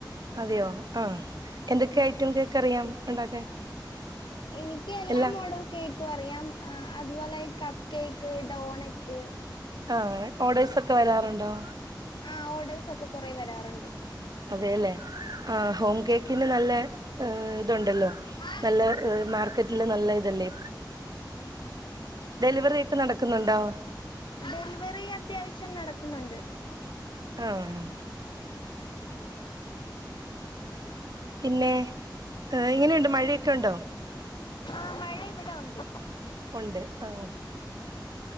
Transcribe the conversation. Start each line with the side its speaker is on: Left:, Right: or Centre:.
Right: അതെയോ ആഹ എന്തൊക്കെ ഐറ്റം കേക്ക് അറിയാം ഒണ്ടാക്കാൻ
Left: എനിക്ക്
Right: എല്ലാം
Left: <unintelligible> കേക്കും അറിയാം അതുപോലെ കപ്പ് കേക്ക് ഡോണറ്റ്
Right: ആഹ് ഓർഡേഴ്സ് ഒക്കെ വരാറുണ്ടോ
Left: ആഹ് ഓഡേഴ്സ് ഒക്കെ കൊറെ വരാറുണ്ട്
Right: അതെല്ലേ ആ ഹോം കേക്ക് പിന്നെ നല്ലെ ഇതുണ്ടല്ലോ
Left: ആ
Right: നല്ല മാർക്കറ്റില് നല്ല ഇതല്ലേ ഡെലിവറി ഒക്കെ നടക്കുന്നുണ്ടോ
Left: ഡെലിവറി അത്യാവശ്യം നടക്കുന്നുണ്ട്.
Right: ആഹ്. പിന്നെ ഏ എങ്ങനെണ്ട് മഴയൊക്കെ ഉണ്ടോ?
Left: ആ മഴ ഇവ്ടെ ഉണ്ട്.
Right: ഉണ്ട് ആഹ്.